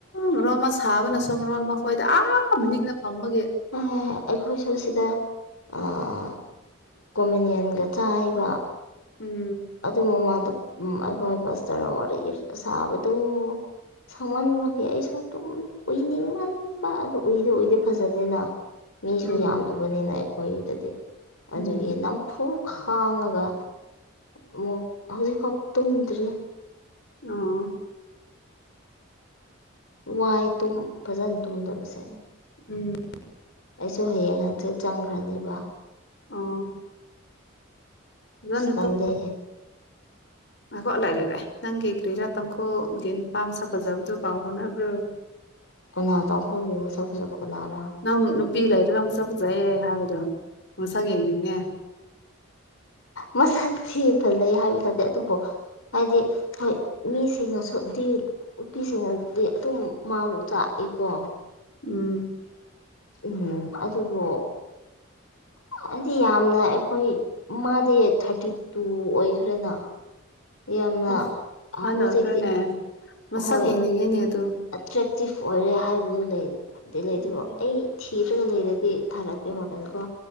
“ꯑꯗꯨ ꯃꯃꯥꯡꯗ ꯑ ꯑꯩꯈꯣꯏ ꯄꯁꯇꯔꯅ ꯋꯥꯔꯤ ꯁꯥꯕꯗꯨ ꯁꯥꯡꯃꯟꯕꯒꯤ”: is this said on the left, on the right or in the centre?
Left